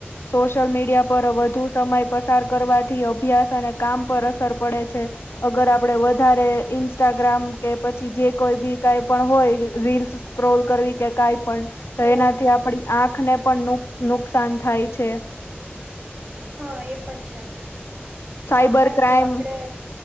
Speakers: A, on the left (about 80°); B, on the right (about 35°).
A: સોશિયલ મીડિયા પર વધુ સમય પસાર કરવાથી અભ્યાસ અને કામ પર અસર પડે છે અગર આપડે વધારે ઇન્સ્ટાગ્રામ કે પછી જે કોઈ બી કઈ પણ હોય રીલ્સ સ્ક્રોલ કરવી કે કઈ પણ તો
B: બરાબર
A: એનાથી આપડી આંખને પણ નુ નુકસાન થાય છે
B: હા એ પણ છે
A: સાયબર
B: પણ
A: ક્રાઈમ
B: આપણે